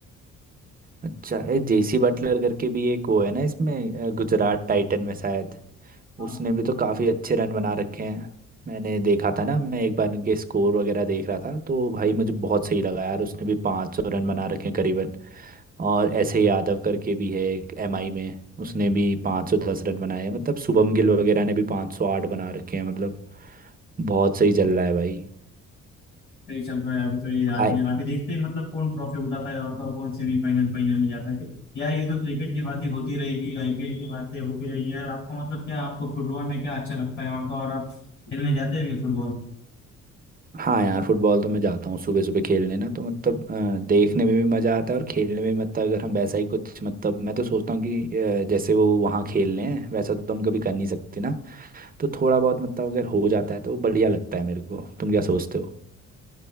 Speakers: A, on the right (about 30°); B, on the left (about 40°).
A: अच्छा ए जेसी बटलर करके भी एक वो है ना इसमें अ, गुजरात टाइटन में शायद
B: हाँ
A: उसने भी तो काफी अच्छे रन बना रखे हैं मैंने देखा था ना मैं एक बार उनके स्कोर वगैरह देख रहा था तो भाई मुझे बहुत सही लगा यार उसने भी 500 रन बना रखे हैं करीबन और ऐसे यादव करके भी है एक एमआई में उसने भी 510 रन बनाए हैं मतलब शुभम गिल वगैरह ने भी 508 बना रखे हैं मतलब बहुत सही चल रहा है भाई
B: तो ये चल रहा है अभी तो ये आईपीएल
A: आई
B: अभी देखते हैं मतलब कौन ट्रॉफी उठाता है और कौन सेमीफाइनल फाइनल में जाता है यार ये तो क्रिकेट की बातें होती रहेगी आईपीएल की बातें होती रहेगी यार आपको मतलब क्या आपको फुटबॉल में क्या अच्छा लगता है और तो और आप खेलने जाते हो फुटबॉल
A: हाँ यार फुटबॉल तो मैं जाता हूँ सुबह सुबह खेलने ना तो मतलब अ, देखने में भी मज़ा आता है और खेलने में मतलब अगर हम वैसा ही कुछ मतलब मैं तो सोचता हूँ कि अ, जैसे वो वहाँ खेल रहे हैं वैसा तो हम कभी कर नहीं सकते ना तो थोड़ा बहुत मतलब अगर हो जाता है तो बढ़िया लगता है मेरे को तुम क्या सोचते हो